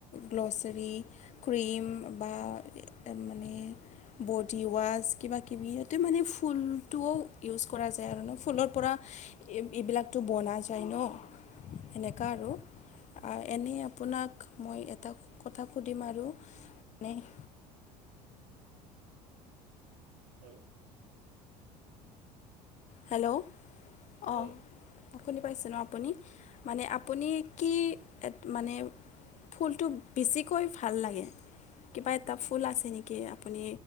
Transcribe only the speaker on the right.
হয়
হয়
হয়